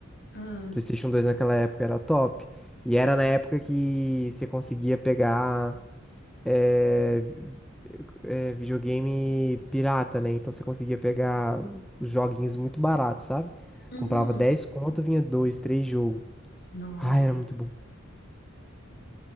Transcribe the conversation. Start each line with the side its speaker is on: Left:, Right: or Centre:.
Left: Ah,
Centre: PlayStation 2 naquela época era top. E era na época que você conseguia pegar é, vi- é, videogame pirata, né? Então você conseguia pegar os joguinhos muito baratos, sabe?
Left: uhum.
Centre: Comprava 10, conto, vinha 2, 3 jogos.
Left: Nossa.
Centre: Ah, era muito bom.